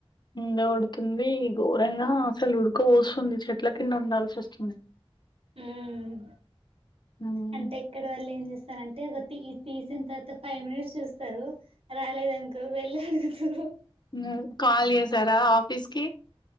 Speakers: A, on the left; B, on the right.
A: ఎండ కొడుతుంది ఘోరంగా అసలు ఉడుక పోస్తుంది చెట్ల కింద ఉండాల్సి వస్తుంది
B: ఉమ్
A: మ్మ్
B: అంటే ఇక్కడ వాళ్ళు ఏం చేస్తారంటే ఒక తీ తీసిన తర్వాత ఫైవ్ మినిట్స్ చూస్తారు రాలేదనుకో వెళ్ళి అడుగుతారు
A: హమ్ కాల్ చేసారా ఆఫీస్కి